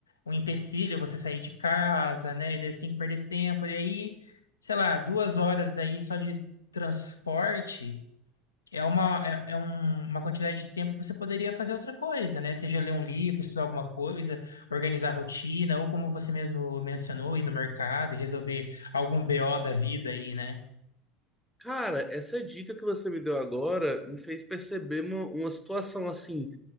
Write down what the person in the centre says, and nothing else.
Cara, essa dica que você me deu agora me fez perceber uma, uma situação assim.